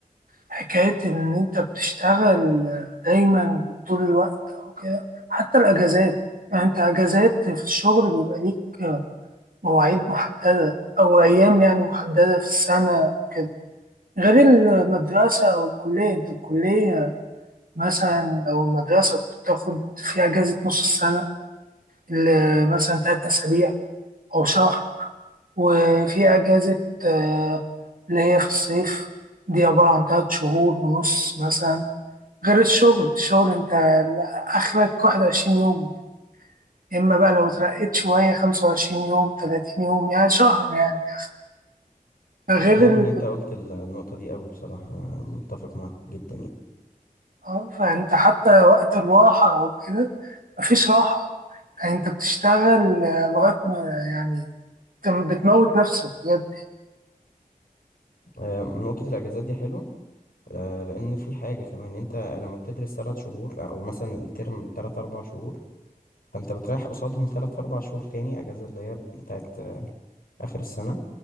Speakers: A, on the right; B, on the left.
A: حكاية إن أنت بتشتغل دايما طول الوقت أو كده حتى الأجازات يعني أنت أجازات في الشغل بيبقى ليك مواعيد محددة أو أيام يعني محددة في السنة وكده غير المدرسة أو الكلية أنت الكلية مثلا أو المدرسة كنت بتاخد فيها أجازة نص السنة ل- مثلا تلات أسابيع أو شهر وفي أجازة آه، اللي هي في الصيف دي عبارة عن تلات شهور ونص مثلا غير الشغل الشغل انت اخرك 21 يوم يا اما بقى لو اترقيت شوية 25 يوم 30 يوم يعني شهر يعني اخر ده غير
B: حلو
A: ال...
B: ان انت قلت ال- النقطة دي قوي بصراحة أنا متفق معاك جدا يعني
A: اه فانت حتى وقت الراحة او كده مفيش راحة يعني انت بتشتغل آه، لغاية ما يعني انت بتموت نفسك بجد
B: آه، نقطة الاجازات دي حلوة آه، لان في حاجة كمان انت لما بتدرس ثلاث شهور آه، او مثلا الترم تلات اربع شهور فانت بتريح قصادهم تلات اربع شهور تاني اجازة اللي هي بتاعت آه، اخر السنة